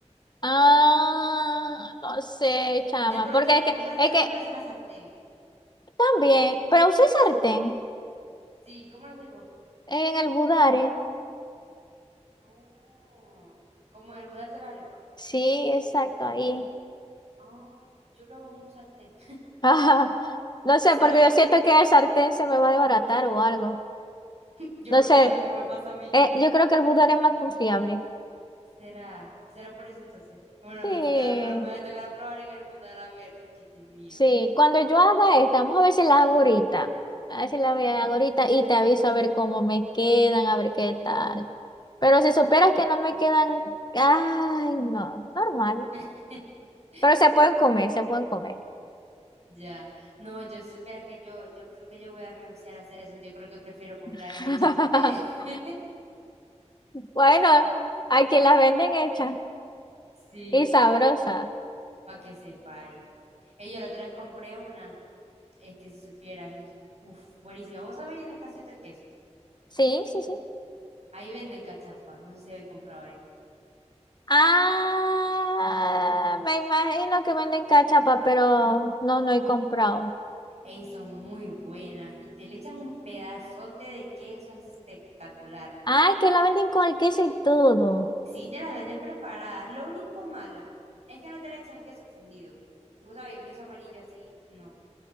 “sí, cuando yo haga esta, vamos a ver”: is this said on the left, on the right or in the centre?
Left